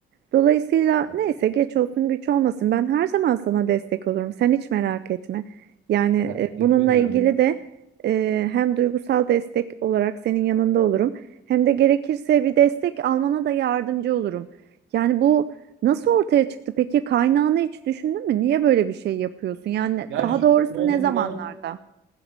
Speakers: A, on the right (about 60°); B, on the right (about 80°).
A: Dolayısıyla
B: Ya,
A: neyse geç olsun güç olmasın ben her zaman sana destek olurum sen hiç merak etme. Yani
B: ya
A: e,
B: teşekkür
A: bununla
B: ederim.
A: ilgili de e, hem duygusal destek olarak senin yanında olurum hem de gerekirse bir destek almana da yardımcı olurum. Yani bu Nasıl ortaya çıktı peki? Kaynağını hiç düşündün mü? Niye böyle bir şey yapıyorsun? Yani
B: Ya
A: daha
B: şu
A: doğrusu
B: ana
A: ne zamanlarda?
B: kadar